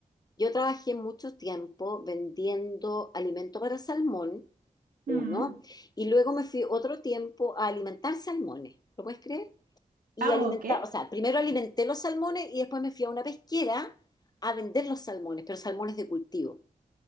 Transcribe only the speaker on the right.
Mm.
Ah,
ok.